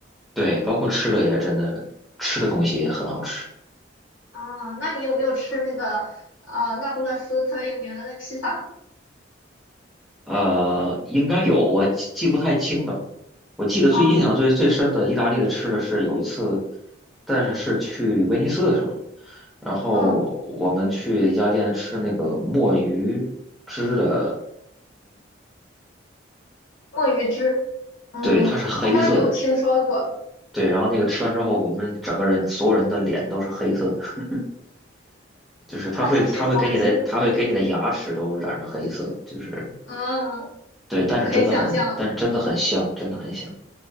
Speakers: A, in the centre; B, on the left.
A: 对，包括吃的也真的，吃的东西也很好吃。
B: 啊，那你有没有吃那个呃那不勒斯特别有名的那披萨？
A: 呃，应该有，我记记不太清了。我记得最印象最最深的意大利的吃的是有一次，
B: 啊，
A: 但是是去威尼斯的时候，然后我们去一家店吃那个墨鱼汁的，
B: 嗯，墨鱼汁，嗯，
A: 对，它是黑色的，
B: 好像有听说过，
A: 对，然后那个吃完之后，我们整个人所有人的脸都是黑色的，<laughs> 就是它会它会给你的它会给你的牙齿都染上黑色，
B: 那还挺滑稽的。
A: 就是
B: 嗯，
A: 对，但是真的很但是真的很香，
B: 可以想象。
A: 真的很香，